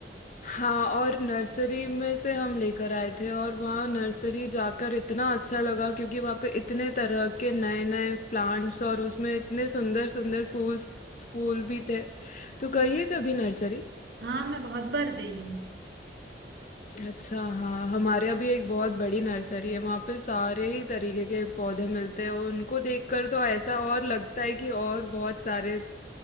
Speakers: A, on the left; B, on the right.
A: हाँ और नर्सरी में से हम लेकर आए थे और वहाँ नर्सरी जाकर इतना अच्छा लगा क्योंकि वहाँ पे इतने तरह के नए नए प्लांट्स और उसमें इतने सुंदर सुंदर फूल फूल भी थे तो गई है कभी नर्सरी
B: हाँ मैं बहुत बार गई हूँ
A: अच्छा हाँ हमारे यहाँ भी एक बहुत बड़ी नर्सरी है वहाँ पे सारे ही तरीके के पौधे मिलते हैं उनको देखकर तो ऐसा और लगता है कि और बहुत सारे